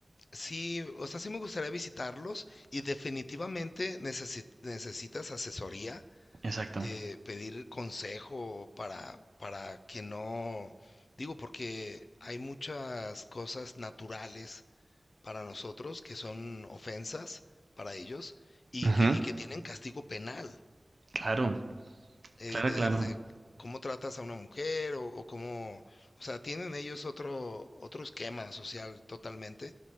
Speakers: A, on the left; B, on the right.
A: Sí, o sea, sí me gustaría visitarlos y definitivamente necesi- necesitas asesoría,
B: Exacto.
A: eh, pedir consejo para, para que no, digo, porque hay muchas cosas naturales para nosotros que son ofensas para ellos y
B: Ujú.
A: que, y que tienen castigo penal
B: Claro,
A: eh,
B: claro,
A: de-
B: claro.
A: desde cómo tratas a una mujer o, o cómo, o sea, tienen ellos otro, otro esquema social totalmente.